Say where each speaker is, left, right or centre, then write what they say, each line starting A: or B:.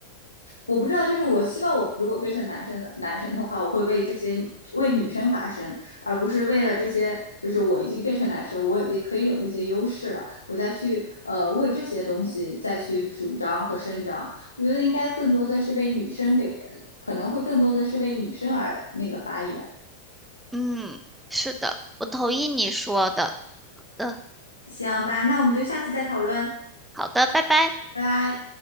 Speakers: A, on the left; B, in the centre.
A: 我不知道，就是我希望我如果变成男生的男生的话，我会为这些为女生发声，而不是为了这些，就是我已经变成男生，我已经可以有这些优势了，我再去呃为这些东西再去主张和伸张。我觉得应该更多的是为女生给，可能会更多的是为女生而那个发言。
B: 嗯，是的，我同意你说的。嗯，
A: 行吧，那我们就下次再讨论，
B: 好的，拜拜。
A: 拜拜。